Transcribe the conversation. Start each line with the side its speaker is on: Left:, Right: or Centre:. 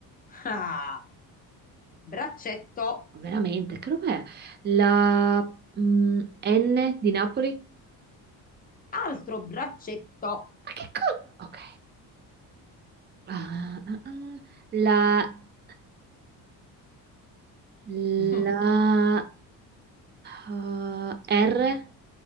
Left: ah, braccetto.
Right: Veramente, che roba è? La mm, N di Napoli?
Left: Altro braccetto.
Right: Ma che cosa? Ok. Ah, ah, ah. La, la,
Left: <laughs>
Right: ah, R